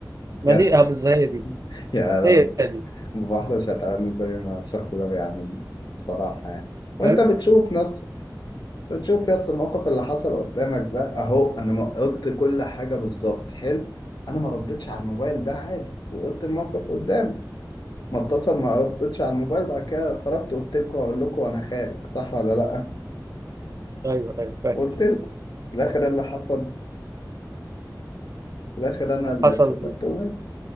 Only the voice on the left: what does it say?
بجد
<laughs> يا لو
واحده مش هتعملني زي ما الشخص ده بيعملني بصراحه يعني وانت
بتشوف نفسك بتشوف يس الموقف اللي حصل قدامك ده اهو انا ما قلت كل حاجه بالظبط حلو انا ما ردتش على الموبايل ده عادي وقلت الموقف قدامي ما اتصل ما ردتش على الموبايل بعد كده خرجت قلت لكم هقول لكم انا خارج صح ولا لا
وقلت لكم في الآخر اللي حصل في الآخر أنا اللي
اتشتمت وماشي